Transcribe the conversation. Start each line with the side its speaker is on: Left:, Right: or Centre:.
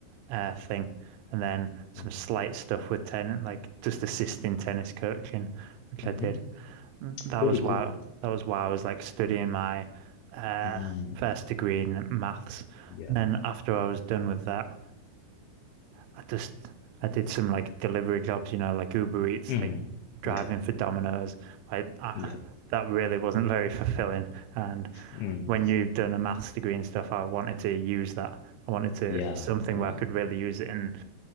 Right: uh, thing, and then some
Left: mm,
Right: slight stuff with tennis, like just assisting tennis coaching, which
Left: hmm
Right: I did. that
Left: Pretty
Right: was
Left: cool.
Right: why that was why I was like studying my uh
Left: Mm,
Right: first degree in maths.
Left: yeah.
Right: And then after I was done with that, I just I did some like delivery jobs, you know, like Uber Eats,
Left: Mm-hmm.
Right: like driving
Left: Yeah.
Right: for Domino's. Like I,
Left: Yeah.
Right: that really wasn't <laughs> very fulfilling. And
Left: Mm,
Right: when you've done a maths degree and stuff, I wanted to use that. I wanted to
Left: yeah.
Right: something
Left: Yeah.
Right: where I could really use it and